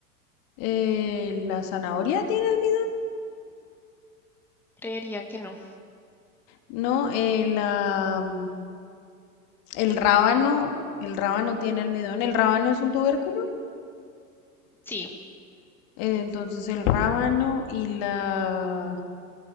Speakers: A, on the left; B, in the centre.
A: eh, la zanahoria tiene almidón,
B: creería que no.
A: no, eh, la, mm, el rábano, el rábano tiene almidón, el rábano es un tubérculo,
B: Sí,
A: eh, entonces el rábano y la